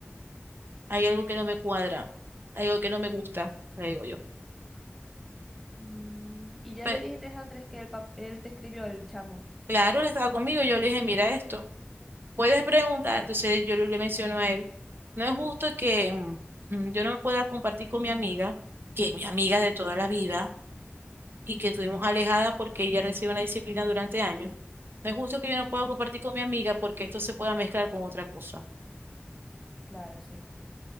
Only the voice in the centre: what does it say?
Mm, Y ya
le dijiste a Andrés que el pap- él te escribió el chamo.
Claro, sí.